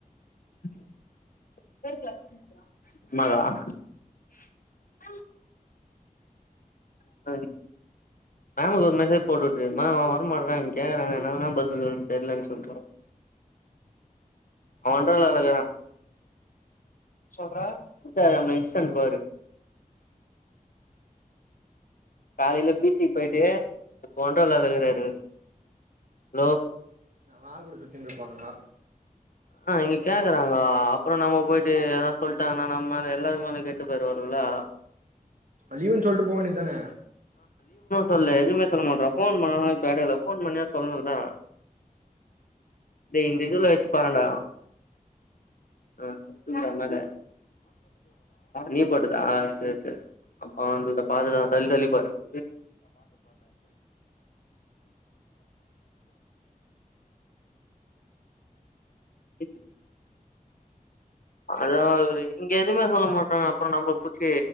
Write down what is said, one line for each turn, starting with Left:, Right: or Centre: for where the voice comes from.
Left: <inaudible> <inaudible> <inaudible> மேமுக்கு ஒரு மெசேஜ் போட்டு வுட்ரு மேம் அவ வர மாட்றா இங்க நாங்க என்னா தா பதில் சொல்ல தெர்லன் சொல்ட்டு <inaudible> அவ ஒன்டர்லால இக்குறா இன்ஸ்டாகிராம்ல இன்சன் பாரு காலைல பீச்சுக்கு பேட்டு இப்ப ஒன்டர்லால இருக்காரு அவுரு ஹலோ
Right: அவ ஆளு கூட சுத்தின் ருப்பானுங்க
Left: ஆ இங்க கேக்குறாங்கோ அப்றோ நம்ம போயிட்டு எதா சொல்ட்டாங்னா நம்மால எல்லாருக்கு மேல கெட்ட பேரு வருல ஆ
Right: லீவுன் சொல்ட்டு போ வேண்டிதான
Left: சொல்லே எதுமே சொல்ல மாட்டா ஃபோன் பண்ணால இப்ப எடைல ஃபோன் பண்ணியாது சொல்ணுல டே இந்த இதுல வச்சு பார்டா ஆ புரிதா மேல நீ போட்டதா சேர் சேர் அப்ப அந்த பாத தா தள்ளி தள்ளி பாரு <inaudible> <inaudible> அதா இது இங்க எதுமே சொல்ல மாட்டா அப்றோ நம்ம புடிச்சி